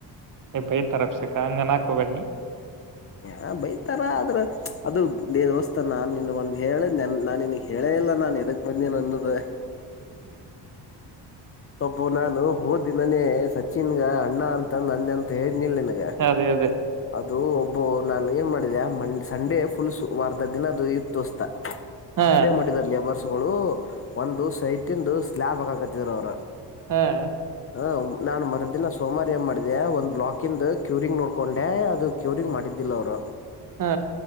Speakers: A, on the right; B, on the left.
A: ಎ ಬ ತರಪ್ಸಕ್ಕ ಅಂಗ ನಕೋಬ್ಣಿ
B: ಹ ಬೈತಾರ ಆದ್ರ ಅದು ದ ದೋಸ್ತ ನಾನ್ ನಿನ್ಗ ಒಂದ್ ಹೇಳ ನನ್ ನಾನಿನಗ್ ಹೇಳ ಬೆಳೆ ಇಲ್ಲ ನಾನನ್ ಎದಕ್ ಬಂದೇನ ಅನ್ನೋದು ಒಬು ನಾನು ಹೋದ್ ದಿನನೇ ಸಚಿನ್ಗ ಅಣ್ಣ ಅಂತ ನನ್ನ ಅಂತ ಹೇಳನಿಲ್ ನನ್ಗ
A: ಅದೇ ಅದೇ
B: ಅದು ಒಬ್ಬ ನಾನು ಏನ್ ಮಾಡಿದ ಮ ಸಂಡೆ ಫುಲ್ಸು ವಾರದ ದಿನ ಅದು ಇತ್ತುೋಸ್ತ
A: ಹಾ
B: ಹಪ್ಡೇ ಮಾಡಿದಾರ ಲೇಬರ್ಸ್ಗಳು ಒಂದು ಸೈಟಂದು ಸ್ಲ್ಾಬ್ ಹಾಕಕತ್ತಿದ್ರ ಅವ್ರ
A: ಹ್ಮ್
B: ಹ ನಾನ್ ಮರದ್ದಿನ ಸೋಮವಾರ ಏ್ ಮಾಡಿದೆ ಒಂದ ಬ್ಲಾಕ ಇ್ ಕ್ಯೂರಿಂಗ್ ನೋಡ್ೊಂಡ ಹೇ ಅದು ಕ್ಯೂರಿಂಗ್ ಮಾಡಿದ್ದಿಲ್ಲ ಅವ್ರು
A: ಹಾ